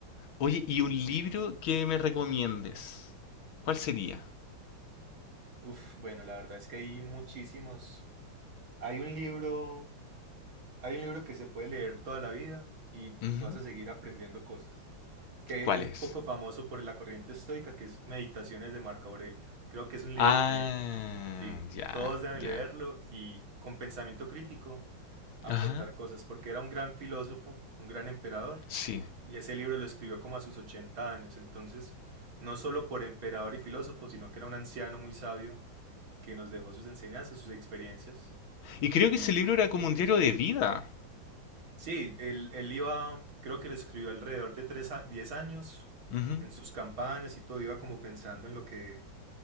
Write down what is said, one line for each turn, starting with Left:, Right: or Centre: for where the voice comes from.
Left: Oye, ¿y un libro que me recomiendes? ¿Cuál sería?
Right: Uf, bueno, la verdad es que hay muchísimos. Hay un libro, hay un libro que se puede leer toda la vida y
Left: Ujú.
Right: vas a seguir aprendiendo cosas, que
Left: ¿Cuál
Right: es
Left: es?
Right: un poco famoso por la corriente estoica, que es Meditaciones de Marco Aurelio. Creo que es un libro
Left: Ah,
Right: que Sí,
Left: ya,
Right: todos deben
Left: ya.
Right: leerlo y con pensamiento crítico aportar
Left: Ajá,
Right: cosas, porque era un gran filósofo, un gran emperador,
Left: sí.
Right: y ese libro lo escribió como a sus 80 años, entonces no solo por emperador y filósofo, sino que era un anciano muy sabio que nos dejó sus enseñanzas, sus experiencias,
Left: Y creo
Right: y
Left: que ese libro era
Right: hay
Left: como
Right: que aprender.
Left: un diario de vida.
Right: Sí, él, él iba, creo que lo escribió alrededor de 3, a 10 años,
Left: Ujú,
Right: en sus campañas y todo, iba como pensando en lo que,